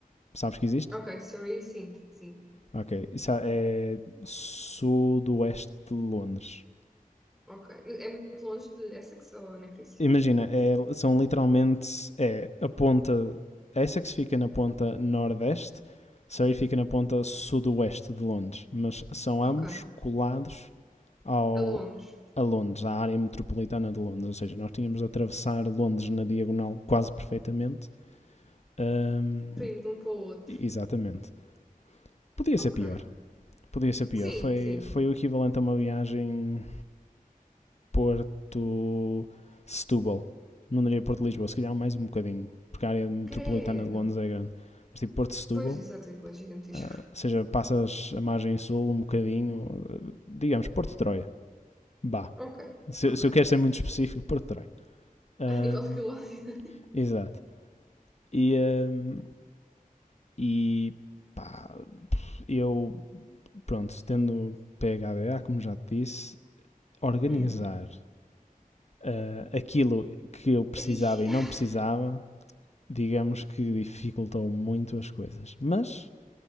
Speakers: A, on the left; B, in the centre.
A: Sabes que existe?
B: Ok, Surrey, sim, sim.
A: Ok. Isso é sudoeste de Londres.
B: Ok. É muito longe de Essex ou nem por isso?
A: Imagina, é- são literalmente é, a ponta. Essex fica na ponta nordeste, Surrey fica na ponta sudoeste de Londres, mas são
B: Ok.
A: ambos
B: A
A: colados ao,
B: Londres,
A: a Londres, à área metropolitana de Londres. Ou seja, nós tínhamos de atravessar Londres na diagonal quase perfeitamente. Hum,
B: para ir de um para o outro.
A: exatamente. Podia
B: Ok.
A: ser pior. Podia ser pior.
B: Sim,
A: Foi,
B: sim.
A: foi o equivalente a uma viagem Porto-Setúbal. Não diria Porto-Lisboa, se calhar mais um bocadinho. Porque a área metropolitana
B: Credo.
A: de Londres é grande. Mas tipo Porto-Setúbal,
B: Pois, exato, aquilo é gigantesco.
A: uh, ou seja, passas a margem sul um bocadinho, uh, digamos Porto-Troia. Bah.
B: Ok,
A: Se,
B: ok.
A: se eu quero ser muito específico, Porto-Troia. Hum,
B: A nível de quilómetros.
A: Exato. E, hum, e pá, eu, pronto, tendo PHDA, como já te disse, organizar
B: Hum.
A: ah, aquilo que eu precisava
B: Ai.
A: e
B: <laughs>
A: não precisava, digamos que dificultou muito as coisas. Mas